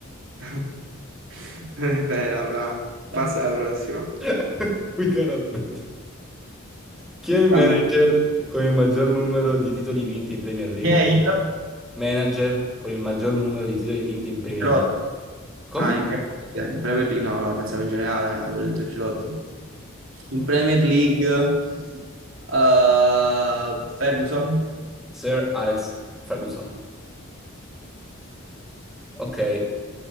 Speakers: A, on the right; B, in the centre.
A: <laughs> non è vera, fra. Passa alla prossima.
B: <laughs> Wigan Athletic. Chi è il
A: Stanno-
B: manager con il maggior numero di titoli vinti in Premier League?
A: Chi è il
B: Manager con il maggior numero di titoli vinti in Premier
A: Girotta?
B: League. Come?
A: Ah, in Premier League, in Premier League no, no, pensavo in generale, eh, avevo detto Girotti. In Premier League eh, Ferguson
B: Sir Alex Ferguson. Ok,